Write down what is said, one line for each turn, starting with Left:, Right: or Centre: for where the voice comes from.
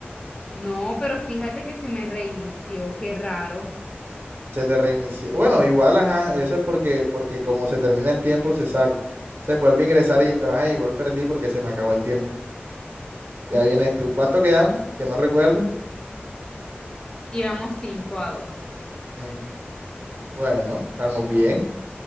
Left: No, pero fíjate que se me reinició. Qué raro.
Right: Se te reinició. Bueno, igual, ajá. Eso es porque, porque como se termina el tiempo, se sale. Se vuelve a ingresar ahí, pero ajá, igual perdí porque se me acabó el tiempo. Ya vienes tú. ¿Cuánto quedamos? Que no recuerdo.
Left: Íbamos 5 a 2.
Right: Mm, Bueno, vamos bien,